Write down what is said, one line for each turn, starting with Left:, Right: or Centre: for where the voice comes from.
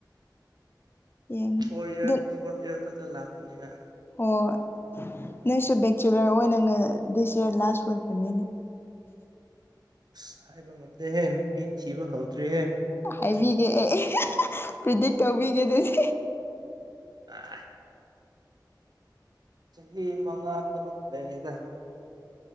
Left: ꯌꯦꯡꯉ
Right: ꯐꯣꯔ ꯏꯔ
Left: ꯑꯗꯨ
Right: ꯐꯣꯔꯠ ꯏꯌꯥꯔ ꯈꯛꯇ ꯂꯥꯛꯄꯅꯤꯅ
Left: ꯑꯣ ꯅꯪꯁꯨ ꯕꯦꯛꯆꯨꯂꯔ ꯑꯣꯏꯅ ꯗꯤꯁ ꯏꯌꯥꯔ ꯂꯥꯁ ꯑꯣꯏꯈ꯭ꯔꯅꯤꯗ
Right: ꯑꯁ ꯍꯥꯏꯕ ꯉꯝꯗꯦꯍꯦ ꯅꯨꯄꯤ ꯊꯤꯕ ꯍꯧꯗ꯭ꯔꯤꯍꯦ
Left: ꯍꯥꯏꯕꯤꯒꯦ ꯑꯦ ꯄ꯭ꯔꯤꯗꯤꯛ ꯇꯧꯕꯤꯒꯦ ꯑꯗꯨꯗꯤ
Right: ꯑ ꯆꯍꯤ ꯃꯉꯥ ꯇꯔꯨꯛ ꯂꯩꯔꯤꯗ